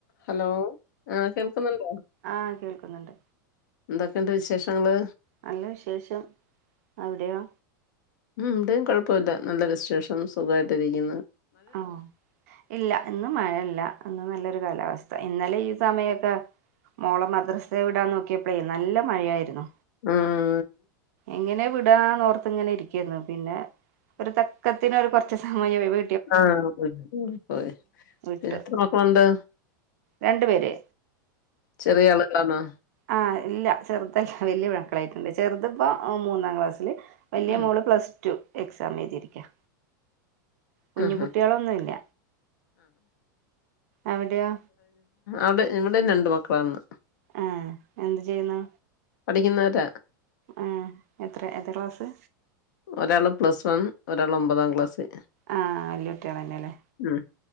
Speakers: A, on the left; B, on the right.
A: Hello ആ കേൾക്കുന്നുണ്ടോ
B: ആഹ് കേൾക്കുന്നുണ്ട്
A: എന്തൊക്കെണ്ട് വിശേഷങ്ങള്
B: നല്ല വിശേഷം അവിടെയൊ
A: ഉം ഇവിടെയും കൊഴപ്പൊല്ല നല്ല വിശേഷം. സുഖായിട്ട് ഇരിക്ക്ന്ന്
B: ഓ ഇല്ല ഇന്ന് മഴ ഇല്ല. ഇന്ന് നല്ലൊരു കാലാവസ്ഥ. ഇന്നലെ ഈ സമയൊക്ക മോളെ മദ്രസെ വിടാൻ നോക്കിയപ്പളേ നല്ല മഴയായിരുന്നു.
A: ആഹ്
B: എങ്ങനെ വിടുകാന്നോർത്ത് ഇങ്ങനെ ഇരിക്കായിരുന്നു. പിന്നെ ഒരു തക്ക ത്തിന് ഒര് കൊറച്ച് സമയവെ വീ
A: ആഹ് പോയി.
B: വിട്ടു
A: എത്ര മക്കളുണ്ട്.
B: രണ്ടു പേര്
A: ചെറിയ ആള് എന്നാന്
B: ആഹ് ഇല്ല ചെറുതല്ല വലിയ മക്കളായിട്ടുണ്ട് ചെറുത് ഇപ്പം മൂന്നാം ക്ലാസ്സില് വലിയ
A: ഉം
B: മോള് പ്ലസ് ടു എക്സാം എഴുതിരിക്കുകയാ കുഞ്ഞു
A: ആഹാ
B: കുട്ടികളൊന്നുമില്ല അവിടെയോ
A: അത്ഇവിടെ രണ്ടു മക്കളാണ് ഉള്ളത്
B: ആഹ് എന്തു ചെയ്യുന്നു
A: പഠിക്കുന്നതാ
B: ഏ എത്രയ എത്രാ ക്ലാസ്
A: ഒരാള് പ്ലസ് വൺ ഒരാൾ ഒമ്പതാം ക്ലാസ്
B: ആഹ് വല്യ കുട്ടികളന്നെല്ലേ
A: ഉം